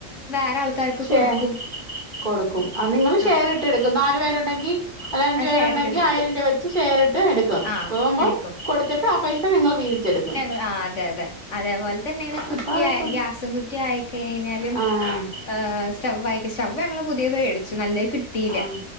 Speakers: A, on the left (about 60°); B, on the right (about 35°).
A: വേറെ ആൾക്കാർക്ക്
B: ശേ
A: കൊടുക്കും
B: കൊടുക്കും ആ ങ്ങള് ഷെയർട്ടെടുക്കും
A: ആഹ്
B: നാലല് പേരുണ്ടങ്കിൽ അല്ലേ അഞ്ചു
A: അത്
B: പേരുണ്ടങ്കിൽ
A: ഷെയർ ഇട്ടിട്ട് എടുക്കും.
B: ആയിരം രൂപ വെച്ച് ഷെയർ എട്ക്കും
A: ആഹ്
B: പോവുമ്പോ
A: എടുക്കും.
B: കൊടുത്തിട്ട് ആ പൈസ നിങ്ങൾ വീതിച്ചെടുക്കും
A: ഞങ്ങള് ആഹ് അതെ അതെ. അതേപോലെ തന്നെയാണ് കുറ്റിയ
B: അത് കൊഴപ്പം
A: ഗ്യാസും കുറ്റിയ ആയി കഴഞ്ഞാലും
B: ആഹ്
A: ഹ് സ്റ്റവ് ആയിക്കും സ്റ്റവ് ഞങ്ങള് പുതിയത് മേടിച്ചു നല്ലത് കിട്ടിയില്ല
B: ആഹ്